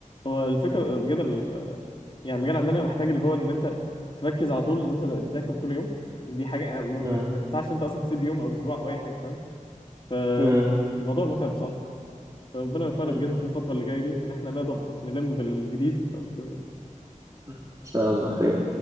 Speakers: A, on the left; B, on the right.
A: هو الفكره بجد ال- يعني المجال عندنا محتاج اللي هو ان انت تركز على طول ان انت تذاكر كل يوم دي حاجه ما
B: مم.
A: ما- ما ينفعش انت اصلا تسيب يوم او اسبوع او اي حاجه فاهم فالموضوع
B: مم.
A: متعب بصراحه فربنا يوفقنا
B: مم.
A: بجد في الفترة اللي جاية دي إن إحنا نقدر نلم بالجديد
B: إن شاء الله خير